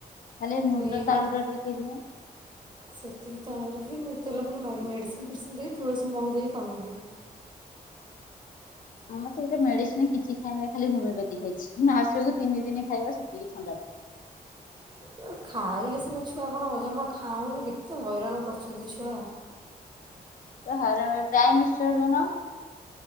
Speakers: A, on the left; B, on the right.
A: ଖାଲି ମୁଣ୍ଡ
B: ଏଇ
A: ତାଳୁଟା ଟିକେ ଦିଅ।
B: ସେତିକି ତାଳରେ ଖାଲି ମୁଁ ତେଲ ଫେଲ ମା-ମେଡ଼ିସିନ୍ ଫେଡ଼ିସିନ୍ ଦେଇି ତୁଳସୀ ମହୁ ଦେଇ କମେଇି ଦିଏ।
A: ଆମର ତ ଏଇଟା ମେଡିସିନ କିଛି ଖାଇନି ଖାଲି ହୋମିଓପାଥି ଖାଇଛି ଆସିବାକୁ ତିନି ଦିନ ଖାଇବା ସେତିକି ଥଣ୍ଡା।
B: ହଁ ଆ ଖାଇଲେ ସିନା ଛୁଆ କଣ ଅଜମା ଖାଉନି କେତେ ହଇରାଣ କରୁଛନ୍ତି ଛୁଆ।
A: ହର ଗାଈ ମିଶ୍ଚର ଦଉନ?